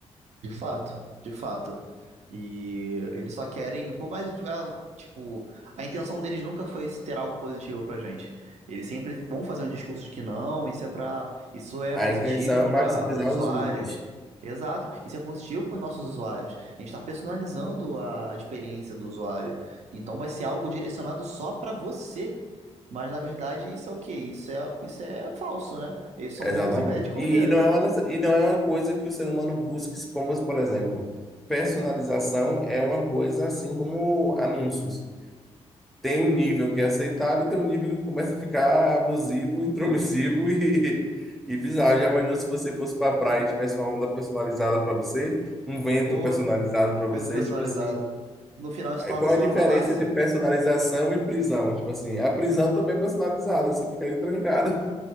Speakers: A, on the right (about 70°); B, in the centre.
A: De fato, de fato. E eles só querem, por mais, que, ah, tipo, a intenção deles nunca foi esse ter algo positivo pra gente. Eles sempre vão fazer um discurso de que não, isso é para, isso é
B: A
A: positivo
B: intenção é maximizar
A: para os usuários.
B: os lucros.
A: Exato, isso é positivo para os nossos usuários. A gente está personalizando a experiência do usuário. Então vai ser algo direcionado só para você. Mas na verdade isso é o quê? Isso é, isso é falso, né? Eles são
B: Exatamente.
A: lobos em pé de cordeiro.
B: E, e não é uma, nece- e não é uma coisa que o ser humano busque, como, por exemplo, personalização é uma coisa assim como anúncios. Tem um nível que é aceitável e tem um nível que começa a ficar abusivo, <laughs> intromissivo e, e bizarro. Já imaginou se você fosse para a praia e tivesse uma onda personalizada para você, um vento
A: O
B: personalizado para
A: vento
B: você,
A: personalizado.
B: tipo assim.
A: No final isso
B: Aí
A: torna-se
B: qual a diferença
A: uma falácia.
B: entre personalização e prisão? Tipo assim, a prisão também é personalizada, você fica ali trancado.